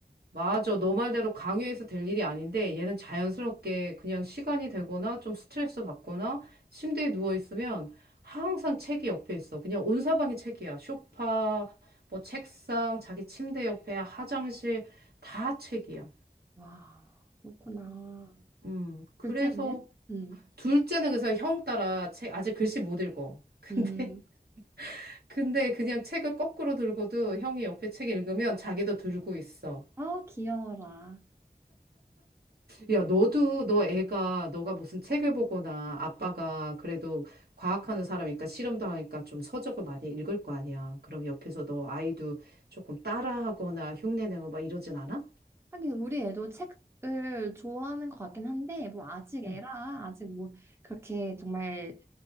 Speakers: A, on the right; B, on the right.
A: 맞아. 너 말대로 강요해서 될 일이 아닌데 얘는 자연스럽게 그냥 시간이 되거나 좀 스트레스 받거나 침대에 누워 있으면 항상 책이 옆에 있어. 그냥 온 사방이 책이야. 소파, 뭐 책상, 자기 침대 옆에 화장실 다 책이야.
B: 와, 그렇구나.
A: 음. 그래서
B: 둘째는? 음,
A: 둘째는 그래서 형 따라 책 아직 글씨 못 읽어. 근데
B: 음,
A: <laughs> 근데 그냥 책을 거꾸로 들고도 형이 옆에 책 읽으면 자기도 들고 있어.
B: 어, 귀여워라.
A: 야, 너도, 너 애가, 너가 무슨 책을 보거나 아빠가 그래도 과학하는 사람이니까 실험도 하니까 좀 서적을 많이 읽을 거 아니야. 그럼 옆에서 너 아이도 조금 따라하거나 흉내내고 막 이러진 않아?
B: 하긴 우리 애도 책을 좋아하는 것 같긴 한데, 뭐 아직 애라,
A: 응.
B: 아직 뭐 그렇게 정말